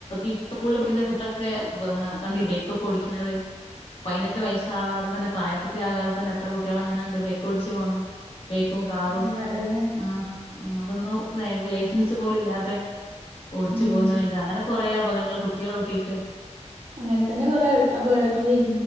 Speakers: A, on the left; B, on the right.
A: ഈ സ്കൂളില് പഠിക്കുന്ന കുട്ടൊക്കെ കണ്ടില്ലേ ബൈക്കൊക്കെ ഒടിക്കണത് പയ്നെട്ട് വയസ്സാവാതെ തന്നെ പ്രായപൂർത്തി ആകാതെ തന്നെ എത്ര കുട്ട്യാളങ്ങനണ്ട് ബൈക്ക് ഓടിച്ചു പോന്നെ ബൈക്കും കാറും
B: ഉം അതന്നെ
A: ആ ഉം അതൊന്നും <unintelligible> ലൈസൻസ് പോലുല്ലാതെ ഓടിച്ചു
B: ഉം
A: പോകുന്ന
B: ഉം
A: കണ്ട് അങ്ങനെ കൊറേ അപകടങ്ങൾ കുട്ട്യാള ഓട്ടീട്ട്
B: അങ്ങൻ തന്നെ കൊറേ അപകടങ്ങള് വെ